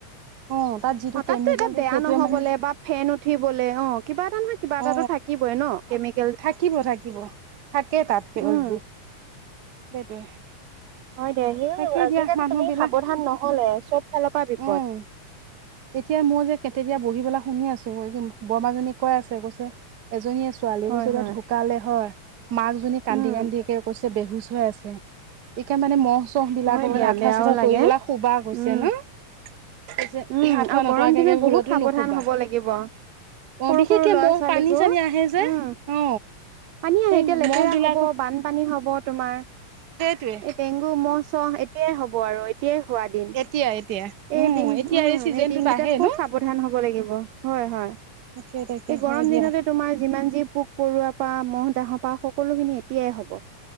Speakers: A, on the right (about 55°); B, on the right (about 75°).
A: অ তাত যিটো
B: অ',
A: কেমিকেল
B: তাততো এতিয়া
A: দিয়ে
B: বেয়া
A: সেইটোৱে
B: নহবলে
A: মানে
B: বা ফেন উঠিবলে। অ', কিবা এটা নহয় কিবা এটাটো
A: অ
B: থাকিবই ন। কেমিকে
A: থাকিব, থাকিব থাকে তাত সেই
B: উম
A: অলৰেডি, দি সেইটোৱে।
B: হয়, দিয়া সেই
A: তাকে
B: আজিকালি
A: দিয়া মানুহ
B: তুমি
A: বিলাক
B: সাৱধান নহলে চব ফালৰ পৰা বিপদ।
A: উম এতিয়া মই যে তিতিয়া বহি পেলাই শুনি আছো বৰমাজনী কৈ আছে কৈছে এজনী ছো ছোৱালী
B: হয়
A: কৈছে, এতিয়া
B: হয়
A: ঢুকালে হয় মাকজনী কান্দি
B: উম
A: -কান্দি একে কৈছে। বেহুচ হৈ আছে, এতিয়া মানে ম মহ বিলাকৰ
B: হয় দিয়া
A: কাৰণে আঠুৱা-
B: বেয়াও
A: চাঠুৱা
B: লাগে
A: তৰি পেলাই শুবা গৈছে
B: উম
A: ন। কৈছে
B: উ'ম
A: আঁঠুৱা
B: আৰু
A: নতৰাকে
B: গৰম দিনত বহুত
A: ভুলতো
B: সাৱধান
A: নুশুবা
B: হব লাগিব। সৰু,
A: অ বিশেষকে
B: সৰু ল'ৰা
A: মহ
B: -ছোৱালীকো।
A: পানী চানী
B: উ,
A: আহে যে
B: ম।
A: অ
B: পানী
A: সেই
B: আহে, এতিয়া লেতেৰা
A: মহ বিলাক
B: হব বানপানী হব। তোমাৰ
A: সেইটোৱে
B: এই ডেংগু মহ অ'হ এতিয়াই হ'ব আৰু এতিয়াই হোৱা দিন
A: এতিয়া, এতিয়া। উম
B: এই দিন
A: এতিয়া
B: উ'ম
A: চিজনটোত
B: এই দিন কেইটাত
A: আহে
B: খুব
A: ন
B: সাৱধান হ'ব লাগিব। হয়, হয়।
A: তাকে তাকে
B: এই গৰম
A: হয় দিয়া
B: দিনতে তোমাৰ যিমান যি পোক, পৰুৱা পা মহ' ডাহৰ পা সকলোখিনি এতিয়াই হ'ব।